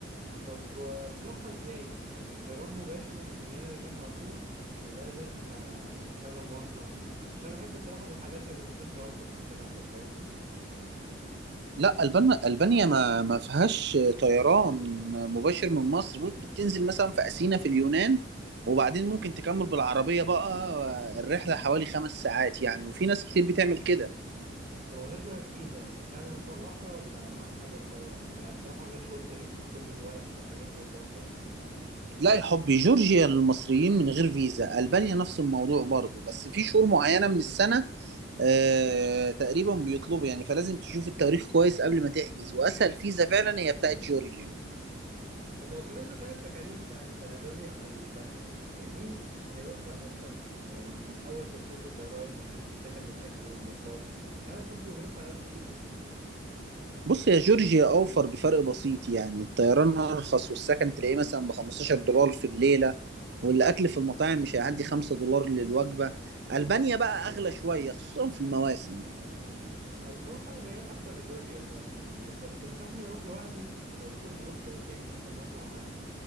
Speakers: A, on the right (about 40°); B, on the right (about 60°).
A: طب و- بتروحها إزاي؟ يعني طيران مباشر من هنا لهناك على طول ولا لازم آه، كذا مواصلة؟ عشان بحب الصراحة الرحلات اللي ما فيهاش توتر في التنقل فاهمني؟
B: لا ألبان ألبانيا ما ما فيهاش طيران مباشر من مصر ممكن تنزل مثلا في أثينا في اليونان وبعدين ممكن تكمل بالعربية بقى الرحلة حوالي خمس ساعات يعني وفي ناس كتير بتعمل كده
A: طب بالنسبة للفيزا سهل إن أنا أطلعها ولا معقدة شوية؟ يعني بصراحة مفيش خلق <laughs> كل الورق والحاجات والدوشة دي
B: لا يا حبي جورجيا للمصريين من غير فيزا ألبانيا نفس الموضوع برضو بس في شهور معينة من السنة آه تقريبا بيطلبوا يعني فلازم تشوف التاريخ كويس قبل ما تحجز وأسهل فيزا فعلا هي بتاعت جورجيا
A: طب لو قارنا كده التكاليف بتاعت جورجيا وألبانيا يعني مين هيوفر أكتر؟ يعني من أول تذكرة الطيران لحد السكن والأكل والمواصلات أنت عارف برضه ظروف على قد الإيد يعني
B: بص يا جورجيا اوفر بفرق بسيط يعني الطيران ارخص والسكن تلاقيه مثلا ب 15 دولار في الليله والاكل في المطاعم مش هيعدي 5 دولار للوجبه البانيا بقى اغلى شويه خصوصا في المواسم
A: أنا بصراحة أنا ميال أكتر لجورجيا دلوقتي يعني طب تنصحني أروح لوحدي ولا أشوف جروب كده سياحي ممكن نطلع معاه؟